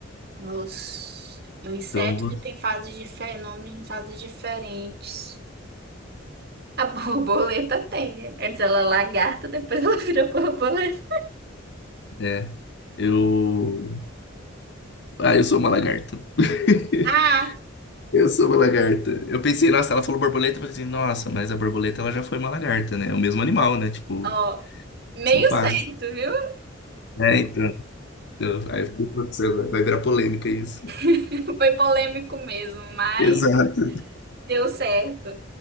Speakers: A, on the right; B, on the left.
A: Os... Um inseto
B: Então, eu vou-
A: que tem fases diferentes, nomes em fases diferentes. A borboleta tem. Antes ela é lagarta, depois ela <laughs> vira borboleta.
B: é, é. Eu Ah, eu sou uma lagarta. <laughs>
A: Ah,
B: Eu sou uma lagarta. Eu pensei, nossa, ela falou borboleta, eu pensei, nossa, mas a borboleta ela já foi uma lagarta, né? É o mesmo animal, né? Tipo,
A: ó, meio
B: são fases.
A: certo, viu?
B: É, então. Então, Aí eu fiquei, putz, vai vai virar polêmica isso.
A: <laughs> Foi polêmico mesmo, mas
B: Exato.
A: deu certo.